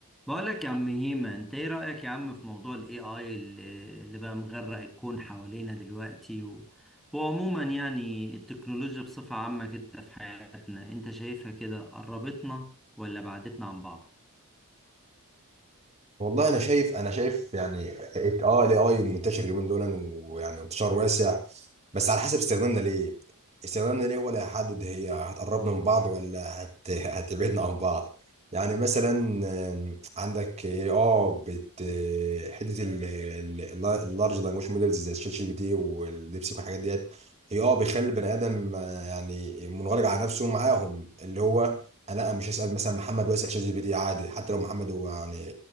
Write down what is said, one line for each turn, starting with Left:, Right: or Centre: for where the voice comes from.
Centre: بقولك يا عم هيما انت ايه رأيك يا عم في موضوع الاي اي اللي اللي بقى مغرق الكون حوالينا دلوقتي و... وعموما يعني التكنولوجيا بصفة عامة كده في حياتنا انت شايفها كده قربتنا ولا بعدتنا عن بعض
Right: والله انا شايف انا شايف يعني ات- اه الاي اي منتشر اليومين دول ويعني انتشار واسع بس على حسب استخدامنا ليه استخدامنا ليه ولا هيحدد هي هتقربنا من بعض ولا هت... <laughs> هتبعدنا عن بعض يعني مثلا آم، عندك اه بت آه، حته اللارج لانجوج موديلز زي الشات جي بي تي والديبسيك والحاجات ديت هي اه بيخلي البني ادم آه، يعني منغلق على نفسه معاهم اللي هو آه، لا مش هسأل مثلا محمد واسأل شات جي بي تي عادي حتى لو محمد هو يعني